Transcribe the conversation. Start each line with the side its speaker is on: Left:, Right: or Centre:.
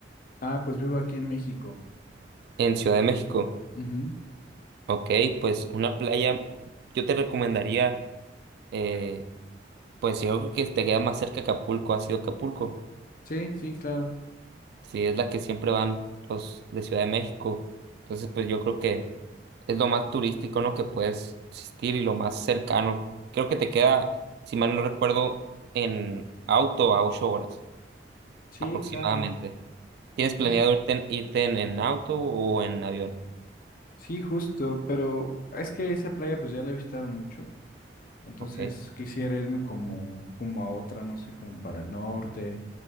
Left: Ah, pues vivo aquí en México.
Right: En Ciudad de México.
Left: Ujú.
Right: Ok, pues una playa, yo te recomendaría, eh, pues yo creo que te queda más cerca Acapulco, ha sido Acapulco.
Left: Sí, sí, claro.
Right: Sí, es la que siempre van los de Ciudad de México. Entonces, pues yo creo que es lo más turístico, en lo Que puedes asistir y lo más cercano. Creo que te queda, si mal no recuerdo, en auto a ocho horas
Left: Sí,
Right: aproximadamente.
Left: claro.
Right: ¿Tienes planeado
Left: Sí,
Right: irte en, irte en, en auto o en avión?
Left: sí, justo, pero es que esa playa pues ya la he visitado mucho, entonces
Right: Ok.
Left: quisiera irme como, como a otra, no sé, como para el norte